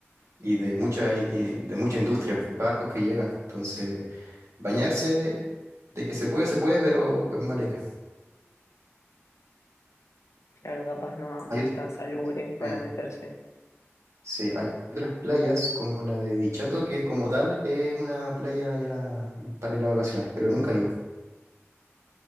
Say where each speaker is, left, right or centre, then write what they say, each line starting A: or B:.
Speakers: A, on the right; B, on the left.
A: y de mucha, i- i- de mucha industria, barcos que llegan. Entonces, bañarse de que se puede, se puede, pero es mala idea.
B: Claro, capaz no, no
A: Hay ot-
B: es tan salubre para
A: sí,
B: meterse.
A: sí, hay otras playas como la de Dichato, que como tal es una playa ya para ir a vacacionar, pero nunca he ido.